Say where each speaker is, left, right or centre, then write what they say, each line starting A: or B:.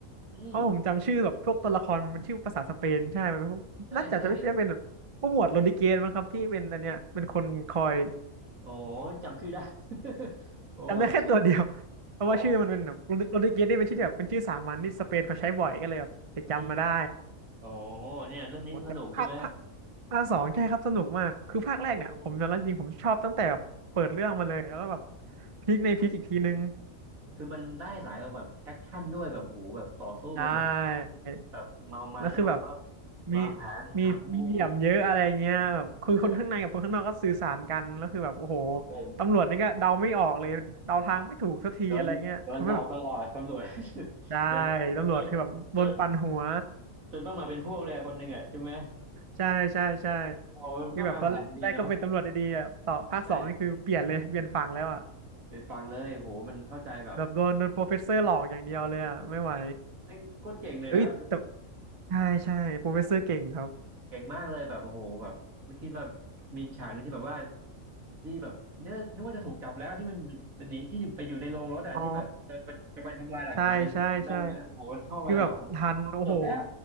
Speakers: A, on the right; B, on the right.
A: อืม
B: เพราะผมจำชื่อแบบพวกตัวละครมันเป็นชื่อภาษาสเปนใช่มันเป็นพวกน่าจะจะไม่ได้เป็นแบบผู้หมวดโรดริเกสมั้งครับที่เป็นอันเนี้ยเป็นคนคอย
A: ใช่ใช่โอ้จำชื่อได้ <laughs> โอ้ใช่
B: จำได้แค่ตัวเดียว <laughs> เพราะว่าชื่อมันเป็นแบบโรดริเกสนี่เป็นชื่อที่แบบเป็นชื่อสามัญที่สเปนเขาใช้บ่อยก็เลยแบบไปจำมาได้
A: โอ้อืมโอ้เนี่ยเรื่องนี้ก็สนุกใช่ไหม
B: โอ้แต่ภาคภาคภาคสองใช่ครับสนุกมากคือภาคแรกเนี่ยผมยอมรับจริงผมชอบตั้งแต่แบบเปิดเรื่องมาเลยแล้วก็แบบ
A: กดู
B: พลิกในพลิกอีกทีนึง
A: มันคือมันได้หลายแบบแอคชั่นด้วยแบบโหแบบต่อสู้กันแบบ
B: ใช่
A: แบบเมามันแล้วก็แบบว่า
B: แล้วคือแบบมี
A: วางแผนหักมุม
B: มีมีเหลี่ยมเยอะอะไรเงี้ยแบบคือคนข้างในกับคนข้างนอกก็สื่อสารกันแล้วคือแบบโอ้โห
A: เออโอ้โห
B: ตำรวจนี่ก็เดาไม่ออกเลยเดาทางไม่ถูกสักทีอะไรเงี้ยทำให้แบบ
A: โดนโดนหลอกตลอดตำรวจ <laughs>
B: ใช่
A: โดนจน
B: ตำรวจคือแบบโดนปั่นหัว
A: จนจนต้องมาเป็นพวกเลยอะคนหนึ่งอ่ะใช่ไหม
B: ใช่ใช่ใช่
A: โอ้โหมันก็วางแผนดีเนาะ
B: คือแบบตอนแรกก็เป็นตำรวจดีๆอ่ะต่อภาคสองนี่คือเปลี่ยนเลยเปลี่ยนฝั่งแล้วอ่ะ
A: ใช่เป็นฟังเลยโอ้โหมันเข้าใจแบบ
B: แบบโดนโดนโปรเฟสเซอร์หลอกอย่างเดียวเลยอ่ะไม่ไหว
A: แม่งโคตรเก่งเลยนะ
B: เอ้ยแต่ใช่ใช่โปรเฟสเซอร์เก่งครับ
A: เก่งมากเลยแบบโอ้โหแบบไม่คิดว่ามีฉากหนึงที่แบบว่าที่แบบเนื้อนึกว่าจะถูกจับแล้วที่มันมันหนีที่อยู่ไปอยู่ในโรงรถอะที่แบบจะจะจะไปทำลายหลักฐานในรถจำได้ไหมโอ้โหมันเข้าไปแบบโอ้โห
B: อ๋อใช่ใช่ใช่คือแบบทันโอ้โห
A: จบแล้ว